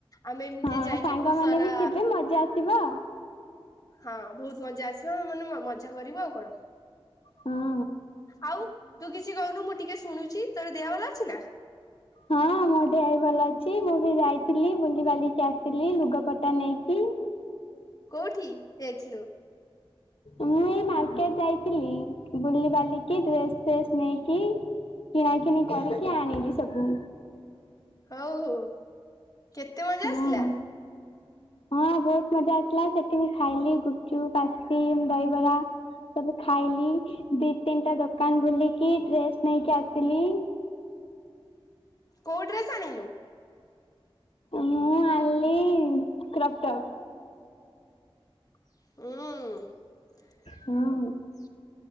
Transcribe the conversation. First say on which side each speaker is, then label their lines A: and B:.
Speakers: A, on the left (about 35°); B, on the left (about 65°).
A: ଆମେ ଏମିତି
B: ହଁ
A: ଯାଇକି
B: ସାଙ୍ଗମାନେ
A: ବହୁତ ସାରା
B: ବି ଥିବେ ମଜା ଆସିବ
A: ହଁ ବହୁତ ମଜା ଆସିବ। ଆମେ ମାନେ ମଜା କରିବୁ ଆଉ କଣ।
B: ହଁ
A: ଆଉ ତୁ କିଛି କହୁନୁ ମୁଁ ଟିକେ ଶୁଣୁଛି। ତୋର ଦେହ ଭଲ ଅଛି ନା।
B: ହଁ ମୋ ଦେହ ବି ଭଲ ଅଛି ମୁଁ ଯାଇଥିଲି ବୁଲି ବାଲିକି ଆସିଥିଲି। ଲୁଗା ପଟା ନେଇକି।
A: କୋଉଠି ଯାଇଥିଲୁ?
B: ମୁଁ ଏଇ ମାର୍କେଟ ଯାଇଥିଲି ବୁଲିିବାଲିିକି ଡ୍ରେସ ଫ୍ରେସ୍ ନେଇକି କିଣା କିିଣି କରିକି ଆଣିଲି ସବୁ।
A: ହଉ ହଉ। କେତେ ମଜା
B: ହଁ
A: ଆସିଲା?
B: ହଁ ବହୁତ ମଜା ଆସିଲା ସେଠି ମୁଁ ଖାଇଲି ଗୁପଚୁପ ଆଇସ୍କ୍ରିମ୍ ଦହିବରା ସବୁ ଖାଇଲି ଦି ତିନିଟା ଦୋକାନ ବୁଲିକି ଡ୍ରେସ ନେଇକି ଆସିଲି।
A: କୋଉ ଡ୍ରେସ୍ ଆଣିଲୁ?
B: ମୁଁ ଆଲି କ୍ରପଟପ।
A: ହୁଁ।
B: ହଁ।